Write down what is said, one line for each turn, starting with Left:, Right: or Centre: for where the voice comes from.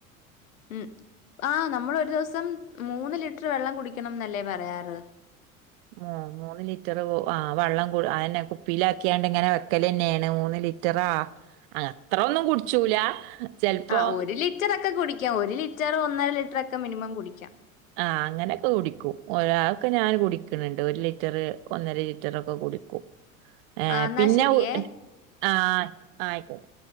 Left: ഉം ആഹ നമ്മൾൊ ഒരു ദിവസം മൂന്ന് ലിറ്റർ വെള്ളം കുടിക്കണം എന്നല്ലേ പറയാറ്
Right: മ മൂന്ന് ലിറ്റർ ആ് വള്ളം കൂതന്നെ കുപ്പിയില ആാക്കിയാണ്ട് ഇങ്ങനെ വെക്കൽ തന്നെയാണ് മൂന്ന റ്ററാ അ അത്ര ഒന്നും കുടിച്ചൂല ചെലപ്പോ
Left: ആ ഒരു ലിറ്ററൊക്കെ കുടിക്കാം ഒരു ലിറ്റർ ഒന്നര ലിറ്ററ ഒക്കെ മിനിമം കുടിക്കാം
Right: ആ അങ്ങനെയൊക്കെ കുടിക്കും ഒരാൾൊക്കെ ഞാൻ കുടിക്കണണ്ട് ഒരു ലിറ്ററ് ഒന്നര ലിറ്ററ ഒക്കെ ടിക്ക ഏ
Left: ആ എന്നാ
Right: പിന്നെ
Left: ശരിയേ
Right: ആ ആയിക്കോട്ടെ